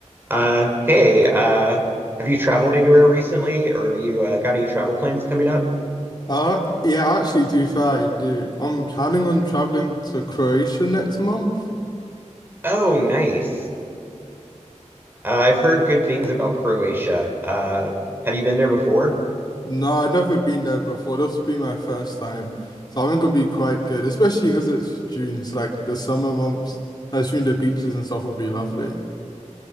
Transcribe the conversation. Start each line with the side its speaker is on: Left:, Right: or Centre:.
Right: Uh, hey, uh, have you traveled anywhere recently, or you uh, got any travel plans coming up?
Left: Uh, yeah, actually, to be fair, I do. I'm planning on traveling to Croatia next month.
Right: Oh, nice. Uh, I've heard good things about Croatia. Uh, have you been there before?
Left: No, I've never been there before. This will be my first time. So I think it'll be quite good, especially because it's June, so like the summer months. I assume the beaches and stuff will be lovely.